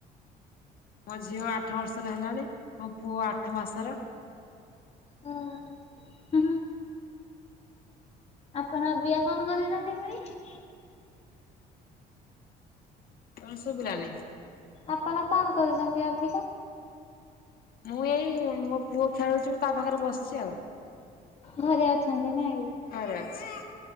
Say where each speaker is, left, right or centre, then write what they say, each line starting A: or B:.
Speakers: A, on the left (about 60°); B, on the left (about 35°).
A: ମୋ ଝିଅ ଆଠ ବର୍ଷର ହେଲାଣି ମୋ ପୁଅ ଆଠ ମାସର।
B: ହ ଆପଣ ବି କଣ କରୁଚନ୍ତି ପୁଣି।
A: କଣ ଶୁଭିଲାନି।
B: ଆପଣ କଣ କହୁଛନ୍ତି ଅବିକା।
A: ମୁଁ ଏଇ ମୋ ପୁଅ ଖେଳୁଛି ମୁଁ ତା ପାଖରେ ବସିଛି ଆଉ।
B: ଘରେ ଅଛନ୍ତି ନାଇଁ କି।
A: ଘରେ ଅଛି।